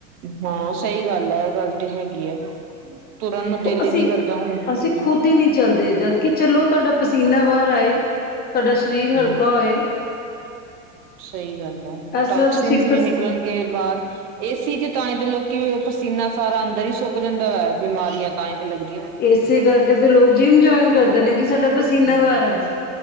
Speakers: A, on the right; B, on the left.
A: ਹਾਂ ਸਈ ਗੱਲ ਐ- ਐ ਗੱਲ ਤੇ ਹੈਗੀ ਐ। ਤੁਰਨ
B: ਹਾਂ।
A: ਨੂੰ ਦਿਲ
B: ਅਸੀਂ
A: ਈ ਨੀ ਕਰਦਾ ਹੁਣ ਬਿਲਕੁਲ
B: ਅਸੀਂ
A: ਵੀ
B: ਖੁਦ ਹੀ ਨਹੀਂ ਚੱਲਦੇ ਜਦ ਕਿ ਚਲੋ ਤੁਹਾਡਾ ਪਸੀਨਾ ਬਾਹਰ ਆਏ ਤੁਹਾਡਾ ਸ਼ ਸ਼ਰੀਰ
A: ਹਮ
B: ਹਲਕਾ ਹੋਏ।
A: ਸਹੀ ਗੱਲ ਐ
B: ਇਸ
A: ਟੋਕਸੀਨਸ
B: ਤਰ੍ਹਾਂ ਤੁਸੀਂ
A: ਨੀ
B: ਪਸ
A: ਨਿਕਲਣਗੇ ਬਾਹਰ ਏਸੀ 'ਚ ਤਾਂਈ ਤੇ ਲੋਕੀ ਪਸੀਨਾ ਸਾਰਾ ਅੰਦਰ ਹੀ ਸੁੱਕ ਜਾਂਦਾ ਵੇ ਬਿਮਾਰੀਆਂ ਤਾਂਈ ਤੇ ਲੱਗਦੀਆਂ ਵ।
B: ਇਸੇ ਕਰਕੇ ਤੇ ਲੋਕ ਜਿੰਮ ਜੁਆਇਨ ਕਰਦੇ ਨੇ ਕਿ ਸਾਡਾ ਪਸੀਨਾ
A: ਹਮ
B: ਬਾਹਰ ਆਏ।